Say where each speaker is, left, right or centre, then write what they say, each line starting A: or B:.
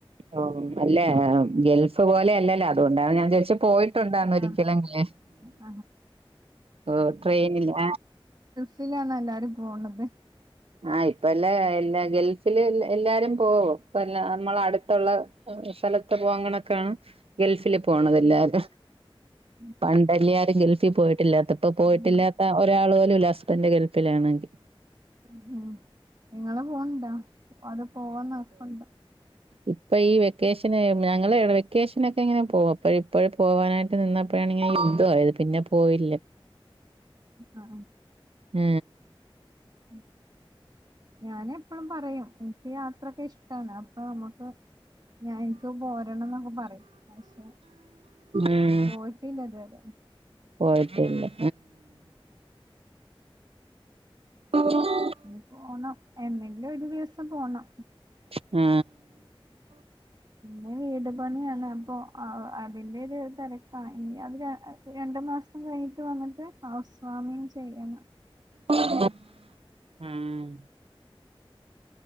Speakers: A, on the right (about 85°); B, on the right (about 45°).
A: ഷോറൂമല്ലേ ഗൾഫ് പോലെ അല്ലല്ലോ അത് കൊണ്ടാണ് ഞാൻ ദേശ് പോയിട്ടുണ്ടോ അമേരിക്കേലങ്ങനെ
B: ആഹ് ആഹ്
A: ഓ ട്രെയിനില
B: പിന്നെ ആണോ എല്ലാരും പോണത്
A: ആ ഇപ്പൊ ഇല്ല എല്ലാ ഗൾഫില് എല്ലാരുംപോവോഇപ്പൊ ള്ള നമ്മൾ അടുത്തൊള്ളാ ഹസനത് പോവണ് കാണാൻ ഗൾഫില് പോണതെല്ലാരും
B: ഉം ഉം
A: പണ്ടല്ലേ ഞാൻ ഗൾഫിൽ പോയിട്ടില്ലാത്ത പ്പൊ പോയിട്ടില്ലാത്ത
B: ഉം
A: ഒരാള് പോലുല്ല തന്റെ ഗൾഫിലാണെങ്കി
B: അദ്ധോ നിങ്ങള് പോണുണ്ടോ ഓല് പോവുന്നൊർപ്പുണ്ടോ
A: ഇപ്പേയീ വെക്കേഷന് ഞങ്ങള്എ വെക്കേഷനൊക്കെ എങ്ങനെ പോവും ഇപ്പൊ പോവാനായിട്ട് നിന്നപ്പോഴാണെങ്കി യുദ്ധോ ആയത് പിന്നെപോയില്ല
B: അ ആ
A: ആ
B: ഉം ഞാന് ഞാൻ പറയും എനിക്ക് ഞാൻ ത്രക്കിഷ്ടാണ് അപ്പൊ നമുക്ക് ഞാൻ ഇന്ക്കും പോരണം ന്നൊക്കെ പറയും പക്ഷെ
A: ഉം
B: പോയിട്ടില്ല ത് രെ
A: പോയിട്ടില്ല ആ
B: ഞ്ഞി പോണം എന്നെങ്കിലൊരു ദിവസം പോണം
A: ആ
B: ഞാൻ വീട്ടുപണിയാണ് അപ്പോ അതിൻ്റെ ഒരു തിരക്കാണ് അത് രണ്ട് മാസം കഴിഞ്ഞിട്ട് വന്നിട്ട് ഹൗസ് ഫാമിങ്ങ് ചെയ്യാണ്.
A: <inaudible> ഉം